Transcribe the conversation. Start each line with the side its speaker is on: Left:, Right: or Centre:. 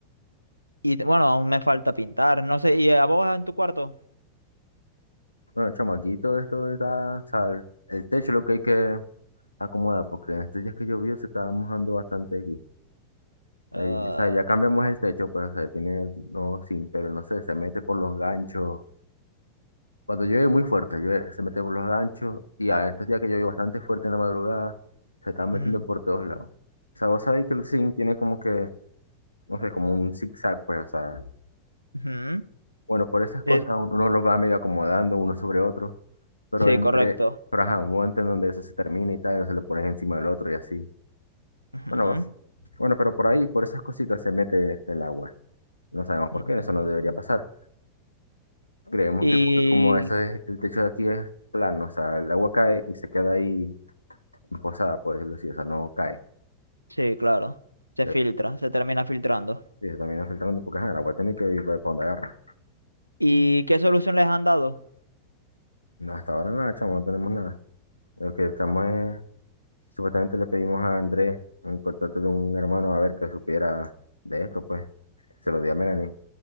Right: y te- bueno, aún me falta pintar. No sé, ¿y a vos en tu cuarto?
Left: Bueno, chamo, aquí todo esto está, o sea, el, el techo es lo que hay que acomodar, porque en estos días que llovió se estaba mojando bastante aquí.
Right: Ah,
Left: Eh, o sea, ya cambiamos el techo, pues, o sea, tiene, no, sin, pero no sé, se mete por los ganchos Cuando llueve muy fuerte, llueve, se mete por los ganchos y a estos días que llueve bastante fuerte en la madrugada, se están metiendo
Right: ujú,
Left: por todos lados. O sea, vos sabéis que el zinc tiene como que, no sé, como un zigzag, pues, o sea,
Right: ujú.
Left: bueno, por esas cosas
Right: Eh,
Left: un- uno los va medio acomodando uno sobre otro, pero
Right: Sí,
Left: entre,
Right: correcto.
Left: pero ajá, un momento en donde eso se termina y tal, se lo pones encima del otro y así.
Right: Ujú.
Left: Bueno, vos, bueno, pero por ahí, por esas cositas se mete este, el agua. No sabemos por
Right: Mm.
Left: qué, eso no debería pasar. Creemos
Right: Y
Left: que porque como eso es, el techo de aquí es plano, o sea, el agua cae y se queda ahí posada, por decirlo así, o sea, no cae.
Right: sí, claro, se
Left: Eh,
Right: filtra, se termina filtrando.
Left: eso también afecta tanto porque ajá, el agua tiene que ir para donde agarra.
Right: ¿Y qué solución les han dado?
Left: No, Hasta ahora nada, chamo, no tenemos nada. Lo que estamos es, supuestamente le pedimos a Andrés un contacto de un hermano a ver que supiera de esto, pues. Se lo di a Melanie